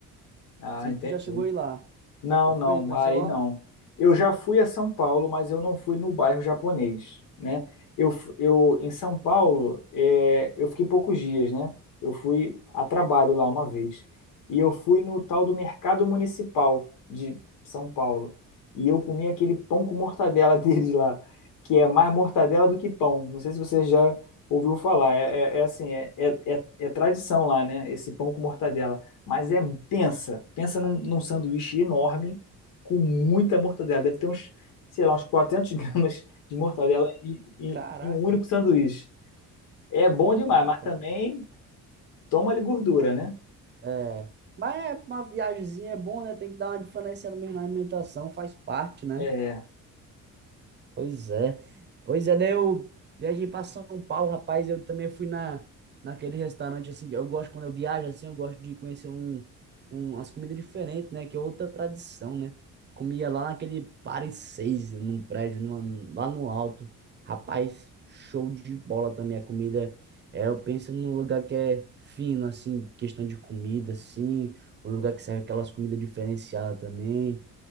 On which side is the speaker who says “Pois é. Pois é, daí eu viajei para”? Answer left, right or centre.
Right